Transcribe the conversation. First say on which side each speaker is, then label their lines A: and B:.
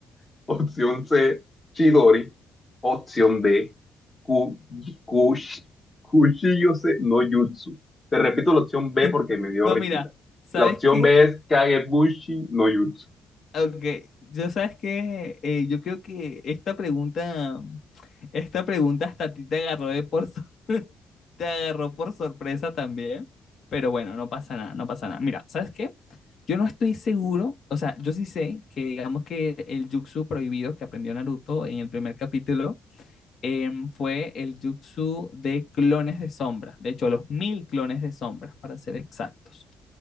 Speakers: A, on the left; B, on the left.
A: <laughs> Opción C, Chidori. Opción D, ku, kush- Kushiyose no Jutsu. Te repito la opción
B: <laughs>
A: B porque me dio
B: No,
A: risita.
B: mira, ¿sabes
A: La opción
B: qué?
A: B es Kagebushi no Jutsu.
B: Ok, yo sabes que yo creo que esta pregunta, esta pregunta hasta a ti te agarró de por sor- <laughs> te agarró por sorpresa también, pero bueno, no pasa nada, no pasa nada. Mira, ¿sabes qué? Yo no estoy seguro, o sea, yo sí sé que digamos que el jutsu prohibido que aprendió Naruto en el primer capítulo em, fue el jutsu de clones de sombras, de hecho los mil clones de sombras para ser exactos,